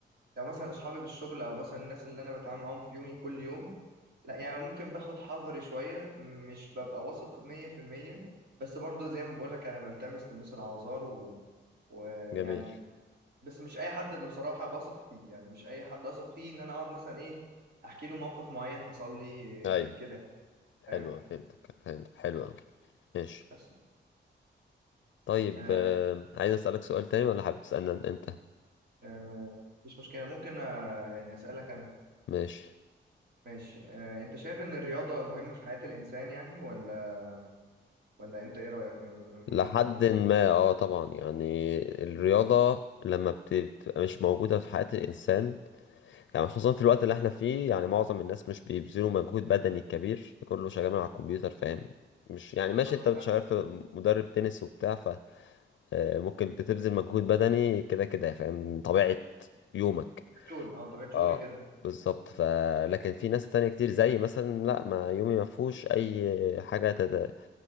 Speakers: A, on the right (about 60°); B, on the left (about 85°).
A: لو مثلا اصحابي في الشغل او مثلا الناس اللي انا بتعامل معاهم في يومي كل يوم لا يعني ممكن باخد حذري شوية مش ببقى واثق مية في المية بس برضو زي ما بقولك انا بلتمس للناس الاعذار و... ويعني
B: جميل
A: بس مش اي حد بصراحة بثق فيه يعني مش اي حد اثق فيه ان انا اقعد مثلا ايه احكي له موقف معين حصل لي
B: ايوه
A: آه، كده
B: حلوة
A: فاهم
B: فهمتك فهمتك حلوة أوي ماشي
A: بس
B: طيب
A: آه،
B: آه، عايز أسألك سؤال تاني ولا حابب تسألني أن- أنت
A: آه، مفيش مشكلة ممكن آه، يعني اسألك
B: ماشي
A: ماشي آه، انت شايف ان الرياضة مهمة في حياة الانسان يعني ولا ولا انت ايه رأيك من من
B: لحد
A: وجهة نظرك
B: ما اه طبعا يعني الرياضة لما بت- بتبقى مش موجودة في حياة الإنسان يعني خصوصا في الوقت اللي احنا فيه يعني معظم الناس مش بيبذلوا مجهود بدني كبير كله شغال على الكمبيوتر فاهم مش يعني ماشي
A: طب
B: انت
A: يعني طبيعة
B: شغال في مدرب تنس وبتاع فممكن بتبذل مجهود بدني كده كده فاهم من طبيعة يومك
A: شغلي اه طبيعة شغلي
B: اه
A: كده
B: بالظبط ف لكن في ناس تانية كتير زي مثلا لا ما يومي ما فيهوش اي حاجة تت...